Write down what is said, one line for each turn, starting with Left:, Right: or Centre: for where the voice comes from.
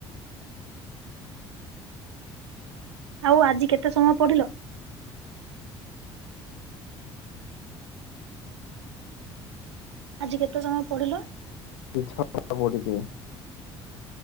Right: ଆଉ ଆଜି କେତେ ସମୟ ପଢିଲ? ଆଜି କେତେ ସମୟ ପଢିଲ?
Left: <unintelligible> ଟା ପଢିଛି।